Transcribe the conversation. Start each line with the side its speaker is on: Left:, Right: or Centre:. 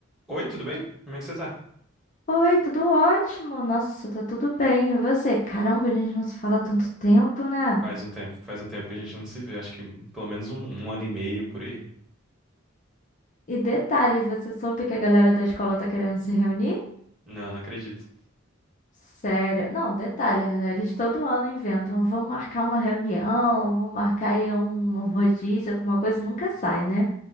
Centre: Oi, tudo bem? Como é que você tá?
Left: Oi, tudo ótimo? Nossa, tá tudo bem. E você? Caramba, a gente não se fala há tanto tempo, né?
Centre: Faz um tempo, faz um tempo que a gente não se vê, acho que pelo menos um, um ano e meio por aí.
Left: E detalhe, você soube que a galera da escola tá querendo se reunir?
Centre: Não, não acredito.
Left: Sério? Não, detalhe, né? Eles todo ano inventam, vão marcar uma reunião, vão marcar aí um um rodízio, alguma coisa, nunca sai, né?